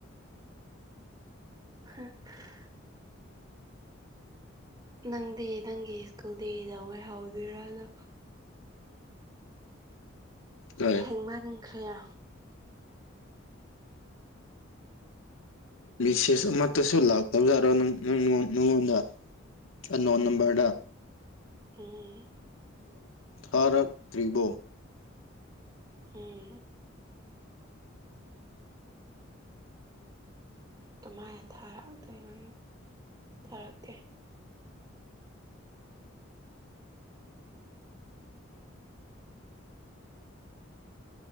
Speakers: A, on the right (about 20°); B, on the left (about 85°).
A: ꯍꯥꯝ <inaudible> ꯅꯪꯗꯤ ꯅꯪꯒꯤ ꯁ꯭ꯀꯨꯜꯗꯤ ꯀꯩꯗꯧ ꯉꯩ ꯍꯧꯗꯣꯏꯔꯅꯣ
B: ꯍꯣꯏ
A: ꯊꯦꯡꯃꯟꯈ꯭ꯔꯦ
B: ꯃꯦꯁꯦꯁ ꯑꯃꯠꯇꯁꯨ ꯂꯥꯛꯇꯕꯖꯥꯔꯣ ꯅꯪꯉꯣꯟꯗ ꯑꯟ ꯅꯣꯟ ꯅꯝꯕꯔꯗ
A: ꯎꯝ
B: ꯊꯥꯔꯛꯇ꯭ꯔꯤꯕꯣ
A: ꯑꯝ ꯀꯃꯥꯏꯅ ꯊꯥꯔꯛꯇꯣꯏꯅꯣ ꯊꯥꯔꯛꯇꯦ